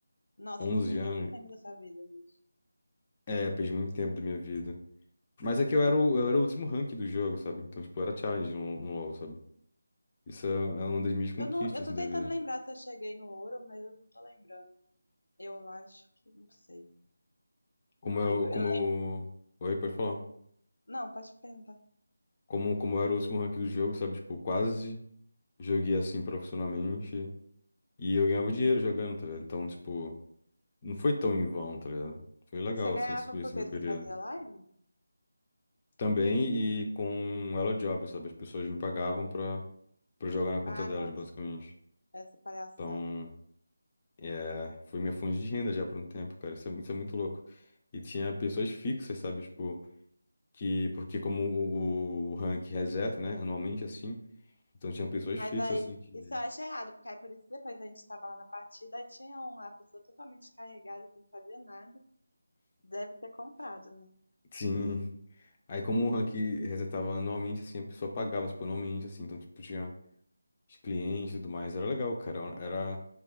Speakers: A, on the left; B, on the left.
A: Nossa,
B: 11
A: você perdeu
B: anos.
A: muito tempo da sua vida nisso.
B: É, perdi muito tempo da minha vida. Mas é que eu era o, eu era o último rank do jogo, sabe? Então, tipo, era challenge no, no LoL, sabe? Isso é, é uma das minhas conquistas,
A: Eu não, eu
B: assim,
A: tô tentando
B: da vida.
A: lembrar se eu cheguei no ouro, mas eu não tô lembrando. Eu acho que não sei.
B: Como
A: Eu não
B: eu.
A: lembro.
B: Como
A: Eu,
B: eu... Oi, pode falar.
A: não, pode perguntar.
B: Como, como eu era o último rank do jogo, sabe? Tipo, quase joguei assim profissionalmente. E eu ganhava dinheiro jogando, tá ligado? Então, tipo. Não foi tão em vão, tá ligado? Foi legal,
A: Você ganhava
B: assim, esse esse
A: por quê?
B: meu
A: Você
B: período.
A: fazia live?
B: Também e com Elo Job, sabe? As pessoas me pagavam pra, pra jogar na conta
A: Ah,
B: delas,
A: nossa,
B: basicamente.
A: essa palhaçada.
B: Então, é, foi minha fonte de renda já por um tempo, cara. Isso é, isso é muito louco. E tinha pessoas fixas, sabe? Tipo, que, porque como o, o, o rank reseta, né? Anualmente, assim. Então tinha pessoas
A: Mas
B: fixas,
A: aí,
B: assim, que...
A: isso eu acho errado, porque aí por isso que depois a gente tava lá na partida, aí tinha um lá, a pessoa totalmente carregada, que não fazia nada. Deve ter comprado, né?
B: Sim. Aí como o rank resetava anualmente, assim, a pessoa pagava, tipo, anualmente, assim. Então, tipo, tinha os clientes e tudo mais. Era legal, cara. Era